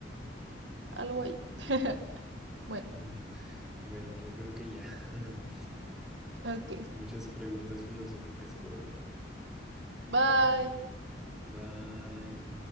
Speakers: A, on the right (about 80°); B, in the centre.
A: algo ahí. <laughs> Bueno,
B: Mm. Bueno, yo creo que ya. <laughs>
A: ok.
B: Muchas preguntas filosóficas por hoy.
A: Bye.
B: Bye.